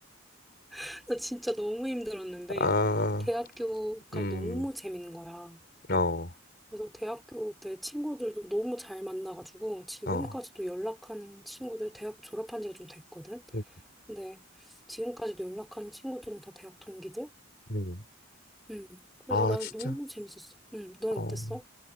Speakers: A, in the centre; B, on the left.
A: <laughs> 나 진짜 너무 힘들었는데
B: 아,
A: 대학교가
B: 음,
A: 너무 재밌는 거야.
B: 어,
A: 그래서 대학교 때 친구들도 너무 잘 만나가지고 지금까지도
B: 어.
A: 연락하는 친구들 대학 졸업한 지가 좀 됐거든.
B: 음,
A: 근데 지금까지도 연락하는 친구들은 다 대학 동기들.
B: 음.
A: 음. 그래서
B: 아,
A: 나는
B: 진짜?
A: 너무 재밌었어. 음. 넌
B: 어.
A: 어땠어?